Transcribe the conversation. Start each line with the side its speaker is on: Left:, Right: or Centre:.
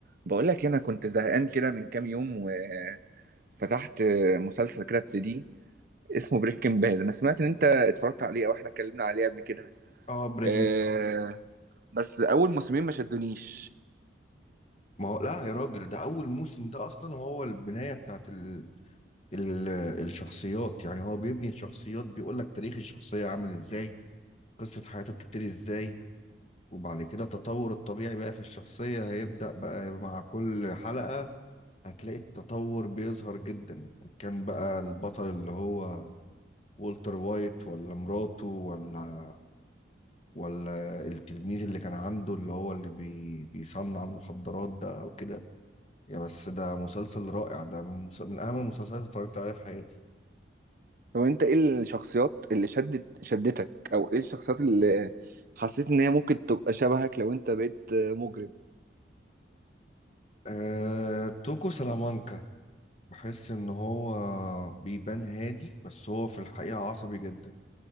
Right: بقول لك إيه، انا كنت زهقان كده من كام يوم وفتحت مسلسل كده ابتدي اسمه بريكنج باد انا سمعت ان انت اتفرجت عليه او احنا اتكلمنا عليه قبل كده
Left: اه بريكنج
Right: آه، بس اول موسمين ما شدونيش
Left: ما هو لا يا راجل ده اول موسم ده اصلا هو البنايه بتاعت ال... ال... الشخصيات يعني هو بيبني الشخصيات بيقول لك تاريخ الشخصيه عامل ازاي قصه حياته بتبتدي ازاي وبعد كده التطور الطبيعي بقى في الشخصيه هيبدا بقى مع كل حلقه هتلاقي التطور بيظهر جدا كان بقى البطل اللي هو والتر وايت ولا مراته ولا ولا التلميذ اللي كان عنده اللي هو اللي بي... بيصنع المخدرات ده او كده يا بس ده مسلسل رائع ده من, مس- من أهم المسلسلات اللي اتفرجت عليها في حياتي
Right: هو انت ايه الشخصيات اللي شدت شدتك او ايه الشخصيات اللي حسيت ان هي ممكن تبقى شبهك لو انت بقيت مجرم
Left: أه... توكو سلامانكا بحس إن هو بيبان هادي بس هو في الحقيقة عصبي جدا